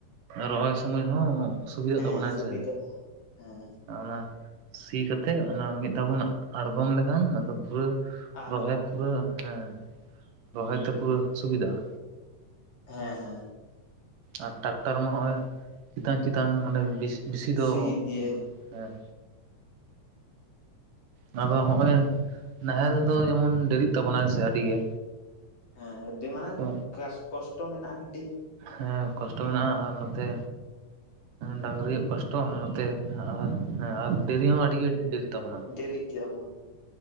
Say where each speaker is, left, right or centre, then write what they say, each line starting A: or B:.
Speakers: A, on the right (about 85°); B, on the left (about 50°).
A: ᱨᱚᱦᱚᱭ ᱥᱚᱢᱚᱭ ᱦᱚᱸ ᱥᱩᱵᱤᱫᱟᱜ
B: ᱦᱮᱸ
A: ᱛᱟᱵᱚᱱᱟ
B: ᱥᱩᱵᱤᱫᱷᱟᱜᱼᱟ
A: ᱦᱮᱸᱥᱮ᱾
B: ᱦᱮᱸ
A: ᱚᱱᱟ ᱥᱤ ᱠᱟᱛᱮᱜ ᱚᱱᱟ ᱢᱤᱫ ᱫᱷᱟᱣ ᱵᱚᱱ ᱟᱲᱜᱚᱢ ᱞᱮᱠᱷᱟᱱ ᱱᱟᱫᱚ ᱯᱩᱨᱟᱹ
B: ᱟᱫᱚ
A: ᱨᱚᱦᱚᱭ ᱯᱩᱨᱟᱹ ᱦᱮᱸ ᱨᱚᱦᱚᱭ
B: ᱦᱩᱸ
A: ᱛᱮ ᱯᱩᱨᱟᱹ ᱥᱩᱵᱤᱫᱟᱜᱼᱟ᱾
B: ᱦᱮᱸ ᱦᱮᱸ
A: ᱟᱨ ᱴᱟᱠᱴᱟᱨ ᱢᱟ ᱦᱚᱸᱜᱼᱚᱭ ᱪᱮᱛᱟᱱ ᱪᱮᱛᱟᱱ ᱢᱟᱱᱮ ᱵᱤᱥ ᱵᱮᱥᱤ ᱫᱚ
B: ᱥᱤ ᱤᱫᱤᱭᱟᱭ
A: ᱦᱮᱸ ᱱᱟᱫᱚ ᱦᱚᱸᱜᱼᱚᱭ ᱱᱟᱦᱮᱞ ᱫᱚ ᱡᱮᱢᱚᱱ ᱰᱮᱨᱤᱜ ᱛᱟᱵᱚᱱᱟᱭ ᱥᱮ ᱟᱹᱰᱤ ᱜᱮ᱾
B: ᱦᱮᱸ ᱟᱹᱰᱤ ᱢᱟᱱᱮ
A: ᱛᱚ
B: ᱠᱮᱥ ᱠᱚᱥᱴᱚ ᱢᱮᱱᱟᱜᱼᱟ ᱠᱟᱹᱴᱤᱡ᱾
A: ᱦᱮᱸ ᱠᱚᱥᱴᱚ ᱢᱮᱱᱟᱜᱼᱟ ᱟᱨ ᱱᱚᱛᱮ ᱰᱟᱝᱨᱤᱭᱟᱜ ᱠᱚᱥᱴᱚ ᱱᱚᱛᱮ ᱟ ᱦᱮᱸ ᱟᱨ ᱰᱮᱨᱤ ᱦᱚᱸ ᱟᱹᱰᱤ ᱜᱮ ᱰᱮᱨ ᱛᱟᱵᱚᱱᱟ
B: ᱰᱮᱨᱤᱜ ᱜᱮᱭᱟ ᱵᱚᱱ